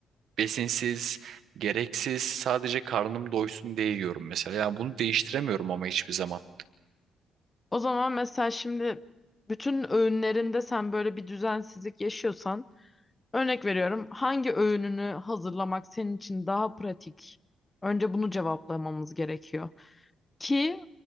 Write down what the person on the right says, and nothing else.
besinsiz, gereksiz. Sadece karnım doysun diye yiyorum mesela. Yani bunu değiştiremiyorum ama hiçbir zaman.